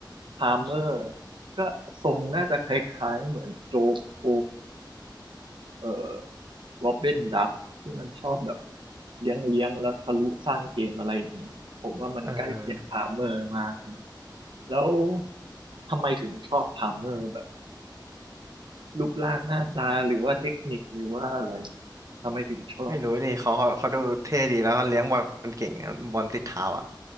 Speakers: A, on the right; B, on the right.
A: พาเมอร์ก็ทรงน่าจะคล้ายๆเหมือนโจโคเอ่อ โรบินดับที่มันชอบแบบเลี้ยงเลี้ยงแล้วทะลุสร้างเกมอะไรอย่างเงี้ยผมว่ามันใกล้เคียงพาเมอร์มาก
B: เออ
A: แล้วทำไมถึงชอบพาเมอร์แบบรูปร่างหน้าตาหรือว่าเทคนิคหรือว่าอะไรทำไมถึงชอบ
B: ไม่รู้ดิเขาเขาเขาดูเท่ดีแล้วก็เลี้ยงบอลเก่งอะบอลติดเท้าอ่ะ